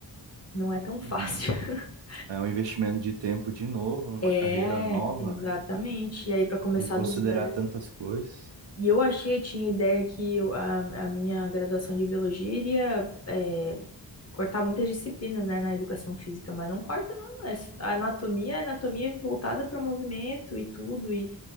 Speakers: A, on the left; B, on the right.
A: Não é tão fácil.
B: Uhum.
A: <laughs>
B: É um investimento de tempo de novo, numa
A: É,
B: carreira nova,
A: exatamente.
B: né?
A: E aí, para começar
B: Tem que considerar
A: do zero.
B: tantas coisas.
A: E eu achei, eu tinha ideia que eu- a, a minha graduação de biologia iria é, cortar muitas disciplinas, né, na educação física, mas não corta, não. É s- a anatomia é anatomia voltada para movimento e tudo. e